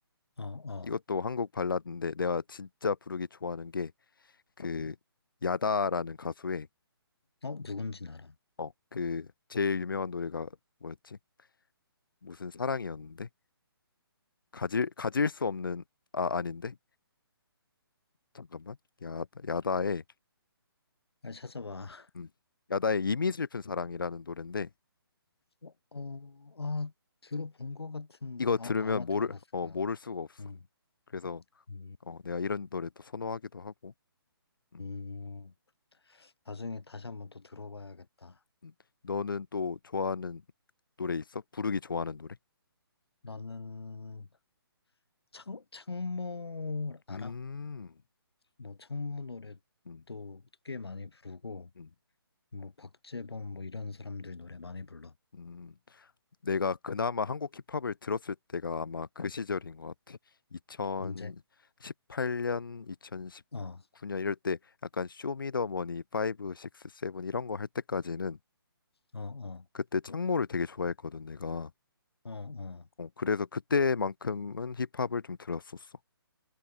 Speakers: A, on the left; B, on the left.
A: 어, 어.
B: 이것도 한국 발라드인데 내가 진짜 부르기 좋아하는 게 그 야다라는 가수의
A: 어, 누군진 알아.
B: 어, 그 제일 유명한 노래가 뭐였지? 무슨 사랑이었는데? 가질 가질 수 없는 아 아닌데? 잠깐만. 야, 야다의
A: 빨리 찾아봐. <laughs>
B: 음, 야다의 이미 슬픈 사랑이라는 노래인데
A: 어, 어, 아, 들어본 것 같은데.
B: 이거
A: 아,
B: 들으면
A: 아마
B: 모를
A: 들어봤을
B: 어
A: 거야.
B: 모를 수가 없어.
A: 음,
B: 그래서
A: 음,
B: 어 내가 이런 노래 또 선호하기도 하고. 음,
A: 음. 나중에 다시 한번 또 들어봐야겠다.
B: 음. 너는 또 좋아하는 노래 있어? 부르기 좋아하는 노래?
A: 나는 창, 창모 알아?
B: 음.
A: 뭐 창모 노래도
B: 음.
A: 꽤 많이 부르고,
B: 음.
A: 뭐 박재범 뭐 이런 사람들 노래 많이 불러.
B: 음. 내가 그나마 한국 힙합을 들었을 때가 아마 그 시절인 것 같아. 2018년,
A: 언제?
B: 2019년
A: 어,
B: 이럴 때 약간 쇼미더머니 5, 6, 7 이런 거 할 때까지는
A: 어, 어,
B: 그때 창모를 되게 좋아했거든, 내가.
A: 어, 어.
B: 어, 그래서 그때만큼은 힙합을 좀 들었었어.